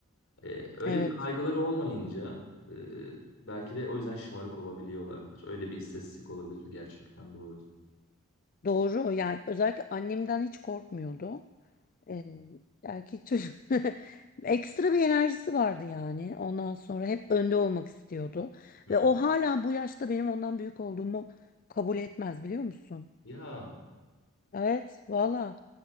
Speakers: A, on the left; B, on the left.
A: Ee, öyle
B: Evet
A: bir kaygıları olmayınca e, belki de o yüzden şımarık olabiliyorlardır. Öyle bir istatistik olabilir gerçekten doğru.
B: doğru yani özellikle annemden hiç korkmuyordu. Ee, erkek çocuk <laughs> ekstra bir enerjisi vardı yani ondan sonra hep önde olmak istiyordu.
A: Hmm.
B: Ve o hala bu yaşta benim ondan büyük olduğumu kabul etmez biliyor musun?
A: Ya.
B: Evet valla